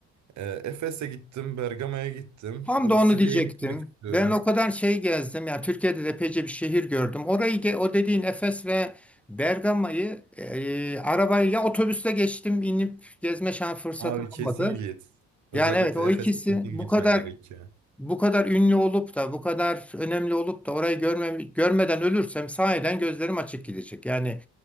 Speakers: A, on the right; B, in the centre.
A: e, Efes'e gittim, Bergama'ya gittim.
B: tam
A: Bu
B: da onu
A: Side'ye
B: diyecektim.
A: gitmek istiyorum.
B: Ben o kadar şey gezdim. Yani Türkiye'de de epeyce bir şehir gördüm. Orayı ge- o dediğin Efes ve Bergama'yı e, arabayla ya otobüste geçtim, inip gezme şans fırsatım
A: Abi kesin
B: olmadı.
A: git. Özellikle
B: Yani evet o
A: Efes'e
B: ikisi
A: kesin gitmen
B: bu kadar
A: gerekiyor.
B: bu kadar ünlü olup da bu kadar önemli olup da orayı görme, görmeden ölürsem sahiden gözlerim açık gidecek. Yani